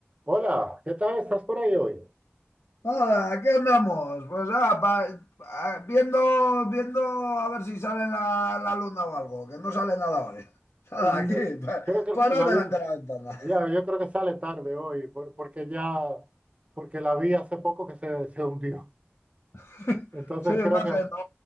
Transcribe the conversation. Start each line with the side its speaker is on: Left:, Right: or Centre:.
Right: Hola, ¿qué tal? ¿Estás por ahí hoy?
Left: Nada, aquí andamos. Pues ah, pa- ah, viendo, viendo a ver si sale la, la luna o algo, que no sale nada hoy. <laughs> Nada,
Right: Mm,
Left: aquí, pa-
Right: Creo que
Left: parado
Right: la
Left: delante
Right: luz,
Left: de la ventana.
Right: ya, yo creo que sale tarde hoy, por- porque ya, porque la vi hace poco que se, se hundió.
Left: <laughs>
Right: Entonces
Left: Sí,
Right: creo
Left: no
Right: que,
Left: sé, no,